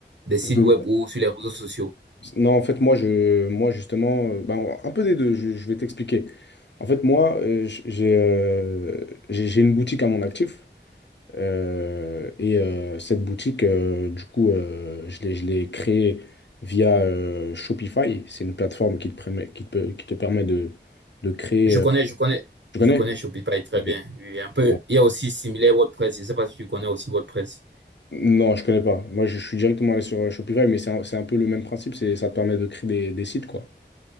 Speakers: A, on the right; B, on the left.
A: Des sites
B: Je-
A: web ou sur les réseaux sociaux?
B: Non, en fait, moi, je, moi justement, euh, ben, un peu des deux, je, je vais t'expliquer. En fait, moi, euh, j- j'ai euh, j'ai j'ai une boutique à mon actif. Euh, et euh, cette boutique, euh, du coup, euh, je l'ai, je l'ai créée via euh, Shopify. C'est une plateforme qui te permet, qui te, qui te permet de, de créer.
A: Je
B: euh,
A: connais, je connais,
B: Tu connais?
A: je connais Shopify très
B: Ok.
A: bien. Oui, un peu.
B: Ouais.
A: Il y a aussi similaire WordPress. Je sais pas si tu connais aussi WordPress.
B: Non, je connais pas. Moi, je suis directement allé sur euh, Shopify, mais c'est un, c'est un peu le même principe. C'est, ça te permet de créer des, des sites, quoi.